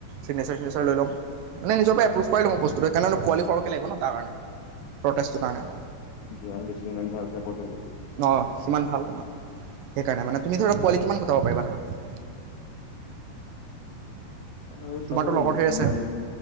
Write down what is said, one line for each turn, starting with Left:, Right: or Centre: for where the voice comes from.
Right: চিগনেচাৰ চিগনেচাৰ লৈ ল'ম। মানে নিজৰ পৰা এপ্ৰুভ কৰাই লম বস্তুটো কাৰণ পোৱালি সৰহক লাগিব ন তাৰকাৰণে প্ৰেষ্টটো কাৰণে।
Left: অ যিমান বেছি ইমান ভাল চাপৰ্ট হ'ব।
Right: অ', সিমান ভাল তোমাৰ সেইকাৰণে মানে তুমি ধৰা পোৱালি কিমান কটাব পাৰিবা ধৰা?
Left: আৰু
Right: তোমাৰতো
Left: চাব লাগিব
Right: লগৰ ধেই
Left: কিমান
Right: আছে